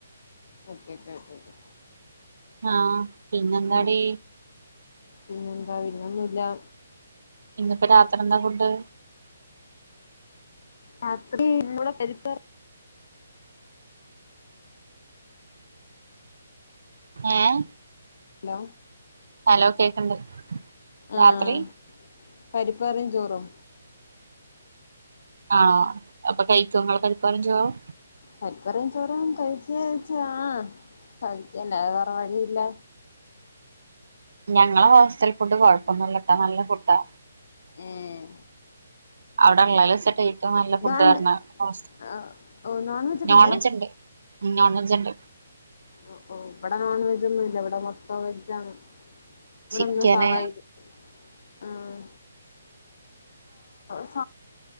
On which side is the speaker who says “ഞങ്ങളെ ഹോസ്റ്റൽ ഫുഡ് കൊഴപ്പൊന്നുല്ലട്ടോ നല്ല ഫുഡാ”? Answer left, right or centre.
Right